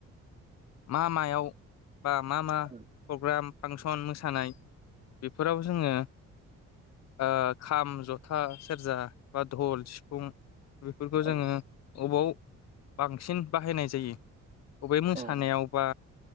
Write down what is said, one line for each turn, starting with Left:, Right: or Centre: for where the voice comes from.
Left: मा मायाव बा मा मा
Right: औ
Left: प्रग्राम फांसन मोसानाय बेफोराव जोङो ओ खाम जथा सेरजा बा धल सिफु़ं बेफोरखौ
Right: औ
Left: जोङो बबाव बांसिन बाहायनाय जायो। बबे मोसानायाव
Right: औ
Left: बा